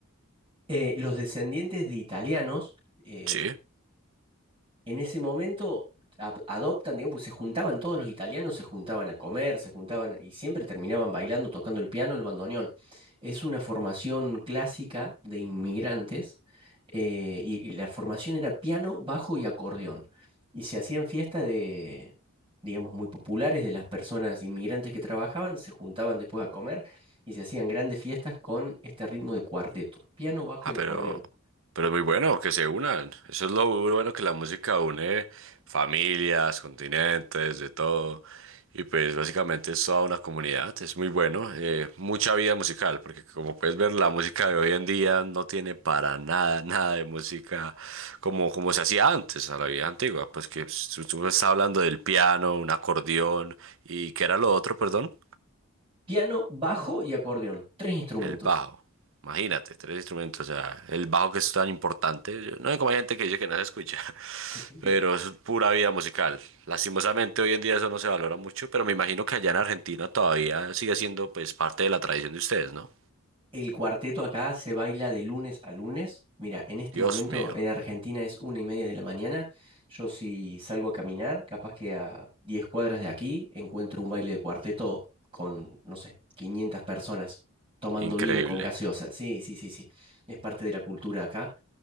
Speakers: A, on the right (about 25°); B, on the right (about 60°).
A: eh, los descendientes de italianos, em,
B: Sí.
A: en ese momento ap- adoptan, digamos, porque se juntaban todos los italianos, se juntaban a comer, se juntaban y siempre terminaban bailando, tocando el piano, el bandoneón. Es una formación clásica de inmigrantes eh, y, y la formación era piano, bajo y acordeón. Y se hacían fiestas de, digamos, muy populares de las personas inmigrantes que trabajaban, se juntaban después a comer y se hacían grandes fiestas con este ritmo de cuarteto, piano, bajo
B: Ah,
A: y acordeón.
B: pero, pero muy bueno que se unan. Eso es lo bueno que la música une familias, continentes, de todo. Y pues básicamente es toda una comunidad. Es muy bueno. eh, mucha vida musical, porque como puedes ver, la música de hoy en día no tiene para nada, <laughs> nada de música como, como se hacía antes, a la vida antigua. Pues que tú, tú me estás hablando del piano, un acordeón y ¿qué era lo otro, perdón?
A: Piano, bajo y acordeón, tres instrumentos.
B: El bajo. Imagínate, tres instrumentos. O sea, el bajo que es tan importante. yo- No sé cómo hay gente que dice que no se escucha. <laughs>
A: <laughs> Sí.
B: Pero eso es pura vida musical. Lastimosamente hoy en día eso no se valora mucho. Pero me imagino que allá en Argentina todavía sigue siendo pues parte de la tradición de ustedes, ¿no?
A: El cuarteto acá se baila de lunes a lunes. Mira, en este
B: Dios
A: momento
B: mío.
A: en Argentina es una y media de la mañana. Yo si salgo a caminar, capaz que a 10 cuadras de aquí encuentro un baile de cuarteto con, no sé, 500 personas tomando
B: Increíble.
A: vino con gaseosa. Sí, sí, sí, sí. Es parte de la cultura acá.